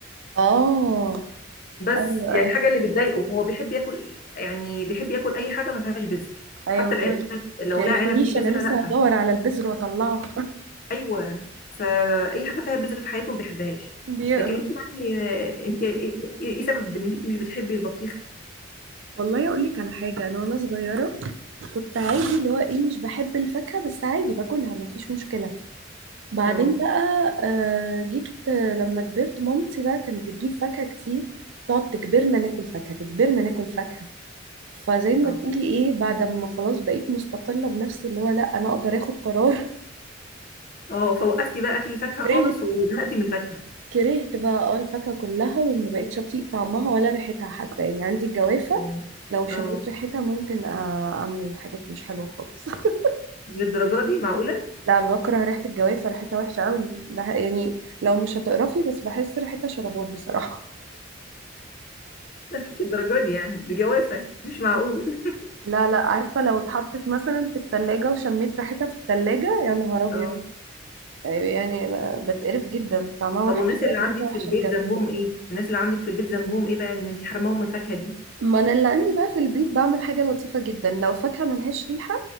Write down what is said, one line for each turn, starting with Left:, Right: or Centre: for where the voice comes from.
Right: اه
Left: بس
Right: ايوه
Left: يعني
Right: ايوه
Left: الحاجه اللي بتضايقه هو بيحب ياكل يعني بيحب ياكل اي حاجه ما فيهاش بذر
Right: ايوه
Left: حتى
Right: مت-
Left: العنب لو
Right: متقرفنيش
Left: لقى عنب فيه بذره
Right: انا لسه
Left: لا
Right: هدور على البذر واطلعه
Left: ايوه فاي حاجه فيها بذر في حياته ما بيحبهاش
Right: بيقرف
Left: لكن انت يعني آه، انت ايه إيه- إيه سبب ان انت مش بتحبي البطيخ
Right: والله اقول لك على حاجه انا وانا صغيره كنت عادي اللي هو ايه مش بحب الفاكهه بس عادي باكلها ما فيش مشكله بعدين
Left: اه
Right: بقى آه، جيت آه، لما كبرت مامتي بقى كانت بتجيب فاكهة كتير تقعد تجبرنا ناكل فاكهة تجبرنا ناكل فاكهة فزي ما
Left: اه
Right: تقولي ايه بعد ما خلاص بقيت مستقلة بنفسي اللي هو لا انا اقدر اخد قرار
Left: اه فوقفتي بقى اكل الفاكهه خالص
Right: <laughs> كرهت
Left: وزهقتي من الفاكهه
Right: كرهت بقى اه الفاكهة كلها وما بقتش اطيق طعمها ولا ريحتها حتى يعني عندي الجوافة
Left: يعني
Right: لو شميت
Left: اه
Right: ريحتها ممكن آه، اعمل حاجات مش حلوة خالص <laughs>
Left: للدرجه دي معقوله
Right: لا بكره ريحة الجوافة ريحتها وحشة قوي بح- يعني لو مش هتقرفي بس بحس ريحتها شربات بصراحة
Left: <laughs> لا مش الدرجه دي يعني دي جوافه مش معقول
Right: لا لا عارفة لو اتحطت مثلا في التلاجة وشميت ريحتها في التلاجة يا نهار أبيض
Left: اه
Right: يعني ب- بتقرف جدا طعمها وحش
Left: طب والناس اللي عندك
Right: ريحتها
Left: في
Right: وحشة
Left: البيت
Right: بجد
Left: ذنبهم ايه الناس اللي عندك في البيت ذنبهم ايه بقى ان انت حرماهم من الفاكهه دي
Right: ما أنا اللي عندي بقى في البيت بعمل حاجة لطيفة جدا لو فاكهة ملهاش ريحة